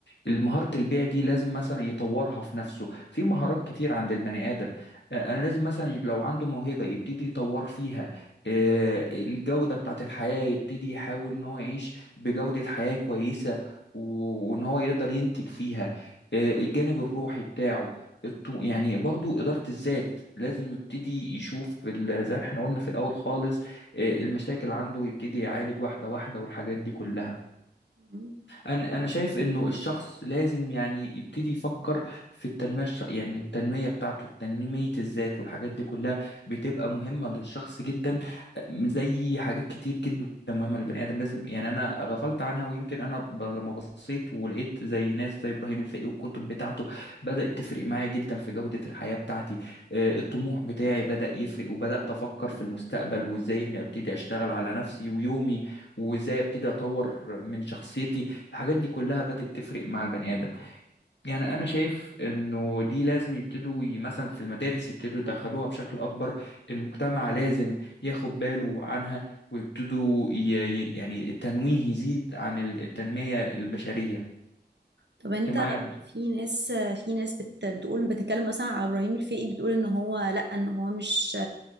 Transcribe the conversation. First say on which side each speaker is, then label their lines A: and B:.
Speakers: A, on the left (about 80°); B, on the right (about 75°).
A: مهارة البيع دي لازم مثلا يطورها في نفسه في مهارات كتير عند البني آدم آه، أنا لازم مثلا لو عنده موهبة يبتدي يطور فيها آه، الجودة بتاعت الحياة يبتدي يحاول إن هو يعيش بجودة حياة كويسة و- وإن هو يقدر ينتج فيها آه، الجانب الروحي بتاعه الطو- يعني برضو إدارة الذات لازم يبتدي يشوف ال- زي ما احنا قلنا في الأول خالص آه، المشاكل عنده يبتدي يعالج واحدة واحدة والحاجات دي كلها
B: ايه؟
A: انا انا شايف انه الشخص لازم يعني يبتدي يفكر في التنميه الش... يعني التنميه بتاعته تنميه الذات والحاجات دي كلها بتبقى مهمه للشخص جدا أم، زي حاجات كتير جدا مهمه للبني ادم لازم يعني انا غفلت عنها ويمكن انا ب... لما بصيت ولقيت زي ناس زي ابراهيم الفقي والكتب بتاعته بدات تفرق معايا جدا في جوده الحياه بتاعتي آه، الطموح بتاعي بدا يفرق وبدات افكر في المستقبل وازاي اني ابتدي اشتغل على نفسي ويومي وازاي ابتدي اطور من شخصيتي الحاجات دي كلها بدأت تفرق مع البني آدم يعني أنا شايف إنه دي لازم يبتدوا ي- مثلا في المدارس يبتدوا يدخلوها بشكل أكبر المجتمع لازم ياخد باله عنها ويبتدوا ي... ي- يعني التنويه يزيد عن ال- التنمية البشرية
B: طب انت
A: أنت معايا
B: في ناس في ناس بت بتقول بتتكلم مثلا على ابراهيم الفقي بتقول ان هو لا ان هو مش